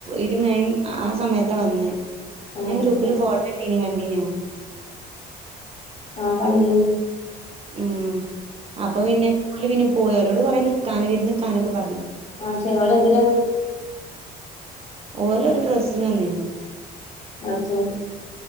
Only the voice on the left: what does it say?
ആഹ്
ആ കണ്ടിനി
ആ ശെ ഓര് എന്തിന
അ ശരി.